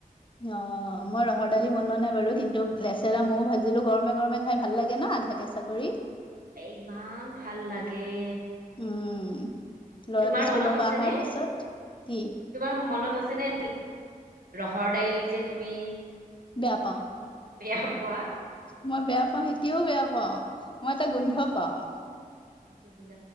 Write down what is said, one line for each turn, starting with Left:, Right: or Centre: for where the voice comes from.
Left: অ মই ৰহৰ দালি বনোৱা নাই বাৰু কিন্তু লেচেৰা ময়ো ভাজিলো গৰমে গৰমে খাই ভাল লাগে ন। আধা কেঁচা কৰি
Right: এ ইমান ভাল লাগে
Left: উম ল'ৰাটো
Right: তোমাৰ
Left: স্কুলৰ
Right: মনত আছে
Left: পৰা অহাৰ
Right: ন
Left: পিছত কি
Right: তোমাৰ মনত আছে নে? ঘৰ দাইল যে তুমি।
Left: বেয়া পাওঁ
Right: বেয়া পোৱা।
Left: মই বেয়া পাও এতিয়াও বেয়া পাও মই এটা গোন্ধ পাও।
Right: গোন্ধ